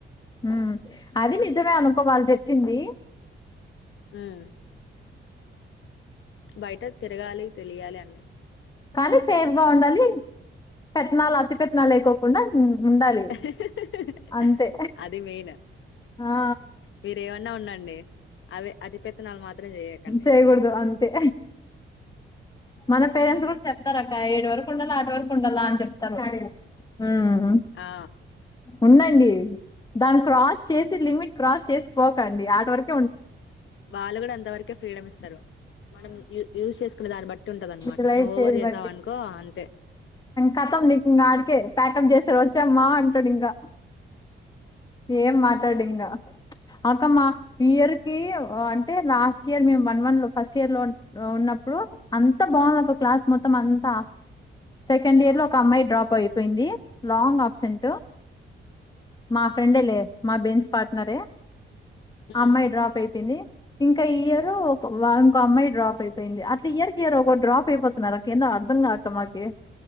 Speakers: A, on the left; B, on the left.
A: మ్ అది నిజమే అనుకో వాలు చెప్పింది
B: ఉమ్ బయట తిరగాలి తెలియాలి అన్నీ
A: కానీ సేఫ్గా ఉండాలి పెత్తనాలు అతి పెత్తనాలు లేకోకుండా ఉండాలి
B: <inaudible>
A: అంతే
B: అది మెయిన్
A: ఆ
B: మీరేమన్నా ఉండండి అవి అతి పెత్తనాలు మాత్రం చేయకండి
A: చేయకూడదు అంతే మన పేరెంట్స్ కూడా చెప్తారు అక్క ఏడు వరకు ఉండాల ఆట్ వరకు ఉండాల అని చెప్తారు మ్
B: ఆ
A: ఉండండి దాన్ని క్రాస్ చేసి లిమిట్ క్రాస్ చేసి పోకండి ఆట్ వరకు
B: వాళ్ళు కూడా అంతవరకే ఫ్రీడమ్ ఇస్తారు మనం యూజ్ చేసుకునే దాన్ని బట్టి ఉంటది అనమాట
A: ఇల
B: నువ్వు
A: చేది
B: ఓవర్ చేసావు
A: బ
B: అనుకో అంతే
A: కతం అకే <unintelligible> టిఫిన్ చేసె వచ్చామ్మా అంటాడు ఇంకా ఏం మాట్లాడు ఇంకా అక్క మా ఇయర్ కి అంటే లాస్ట్ ఇయర్ మేము వన్ వన్ లో ఫస్ట్ ఇయర్ లో ఉ న్నప్పుడు అంత బాగుంది ఒక క్లాస్ మొత్తం అంతా సెకండ్ ఇయర్ లో ఒక అమ్మాయి డ్రాప్ అయిపోయింది లాంగ్ అబ్సెంట్ మా ఫ్రెండే లే మా బెన్స్ పార్ట్నరే
B: ఉమ్
A: అమ్మాయి డ్రాప్ అయి యింది ఇంకా ఇయర్ ఇంకో అమ్మాయి డ్రాప్ అయిపోయింది అట్లా ఇయర్ ఒకరు డ్రాప్ అయిపోతున్నారు అర్థంగట్లే మాకి